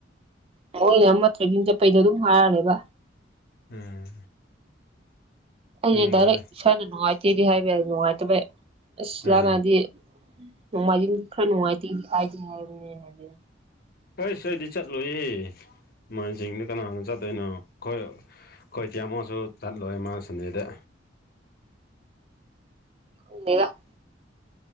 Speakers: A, on the right; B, on the left.
A: <unintelligible> ꯆꯠꯄꯩꯗꯣ ꯑꯗꯨꯝ ꯐꯔꯅꯦꯕ
B: ꯎꯝ
A: ꯑꯩꯁꯦ
B: ꯈꯪꯗ꯭ꯔꯦꯗ
A: ꯗꯤꯔꯦꯠ ꯏꯁꯥꯅ ꯅꯨꯡꯉꯥꯏꯇꯤꯗꯤ ꯍꯥꯏꯕ ꯅꯨꯡꯉꯥꯏꯇ ꯑꯁ
B: ꯎꯝ
A: ꯂꯥꯡꯉꯥꯑꯗꯤ ꯅꯣꯡꯃꯥꯏꯖꯤꯡꯒꯤ ꯈꯔ ꯅꯨꯡꯉꯥꯏꯇꯦ ꯍꯥꯏꯗꯤ ꯍꯥꯏꯕꯅꯤ ꯍꯥꯏꯗꯤ
B: ꯍꯩꯁ ꯑꯩꯗꯤ ꯆꯠꯂꯣꯏꯌꯦ ꯃꯥꯟ ꯆꯤꯡꯗ ꯀꯅꯥ ꯍꯥꯟꯅ ꯆꯠꯇꯣꯏꯅꯣ ꯈꯣꯏ ꯑꯩꯈꯣꯏ ꯆꯦ ꯑꯃꯁꯨ ꯆꯠꯂꯣꯏ ꯃꯥ ꯁꯟꯗꯦꯗ
A: <unintelligible>